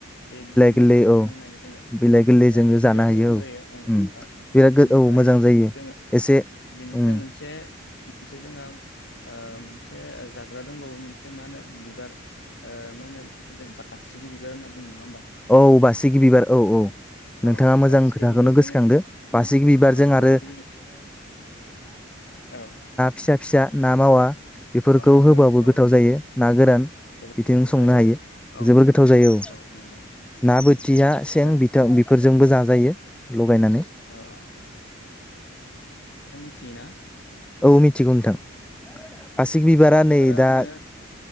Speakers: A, on the left; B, in the centre.
A: बे बिलाइ
B: गोरलै
A: गोरलैखौ
B: औ
A: होनानै जोंङो
B: बिलाइ गोरलैजों
A: जाहोयो
B: जानो
A: बिराद
B: हायो
A: मोजां
B: औ
A: जायो ओं ओं
B: बिराद
A: बेनिफ्राय
B: औ मोजां जायो
A: जोंङो
B: एसे
A: बेनिफ्राय
B: उम
A: मोनसे मोनसे जोंहा ओ मोनसे ओ‌ जाग्रा दंबायो मोनसे मा होनो बिबार ओ‌ मा होनो बासिगि बिबार होनना बुं नंङा होनबा
B: औ बासिगि बिबार औ-औ
A: औ
B: नोंथाङा मोजां
A: बासिगि
B: खोथाखौनो
A: बिबारजों
B: गोसो खांदों बासिगि‌
A: औ
B: बिबारजों
A: बासिगि
B: आरो
A: औ
B: फिसा-फिसा ना मावा बेफोरखौ
A: औ ना गोरान
B: होबाबो
A: औ
B: गोथाव
A: बेफोरबायदि
B: जायो ना गोरान
A: जोबोद
B: बिथिं
A: गोथाव
B: संनो
A: जायो
B: हायो
A: आरो औ औ नंगौ
B: ना बोथिया
A: बे बासिगा
B: सें बिथ बेफोरजोंबो जाजायो लगायनानै
A: औ औ थिना
B: औ मिथिगौ नोंथां बासिगि
A: बासिग बिबारा
B: नै
A: ओरैनो
B: दा